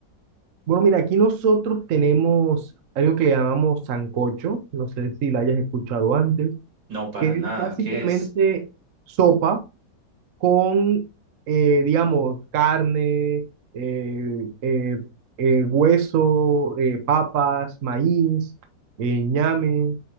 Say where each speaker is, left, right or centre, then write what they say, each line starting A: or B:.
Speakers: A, on the right; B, on the right.
A: Bueno, mira, aquí nosotros tenemos algo que le llamamos sancocho, no sé si lo hayas escuchado antes,
B: No, para
A: que es
B: nada.
A: básicamente
B: ¿Qué es?
A: sopa, con, eh, digamos, carne, eh, eh, eh, hueso, eh, papas, maíz, eh, ñame